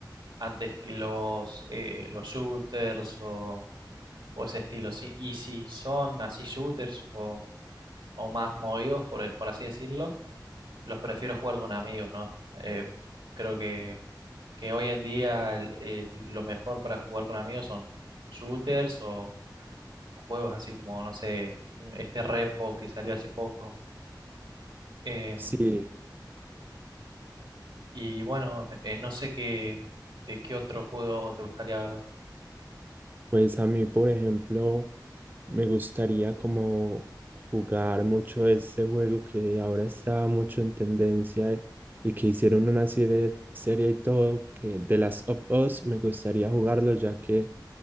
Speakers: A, on the right; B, on the right.
A: antes que los, eh, los shooters o, o ese estilo. Sí, Y si son así shooters o, o más movidos, por, por así decirlo, los prefiero jugar con amigos, ¿no? Eh, creo que, que hoy en día el- el- lo mejor para jugar con amigos son shooters o, o juegos así como, no sé, un- este Repo que salió hace poco. Em,
B: sí.
A: Y bueno, eh, no sé qué, de qué otro juego te gustaría hablar.
B: Pues a mí, por ejemplo, me gustaría como jugar mucho ese juego que ahora está mucho en tendencia y y que hicieron una serie, serie y todo, que The Last of Us, me gustaría jugarlo ya que